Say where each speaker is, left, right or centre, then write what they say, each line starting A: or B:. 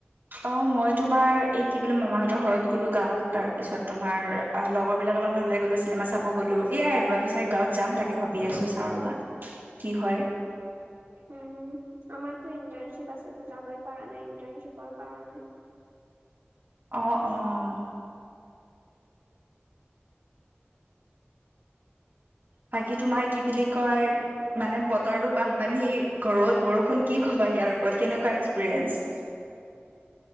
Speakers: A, on the right; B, on the right.
A: অঁ, মই তোমাৰ এই কি বোলো মামাহতৰ ঘৰত গ'লো গাঁওত তাৰপিছত তোমাৰ- অ লগৰ বিলাকৰ ওলাই গ'লো চিনেমা চাব গ'লো এয়াই আৰু চাই গাঁৱত যাম তাকে ভাবি আছো চাও ৰবা। কি হয়?
B: উম আমাৰটো ইণ্টাৰ্ণশ্বিপ আছে যাবই পাৰা নাই ইণ্টাৰ্ণশ্বিপৰ কাৰণে-
A: অঁ অঁ অঁ বাকী তোমাৰ কি বুলি কয়? মানে বতৰটো বানপানী ৰ'দ বৰষুণ কি কব ইয়াৰ ওপৰত কেনেকুৱা এক্সপিৰিয়েন্ঞ্চ-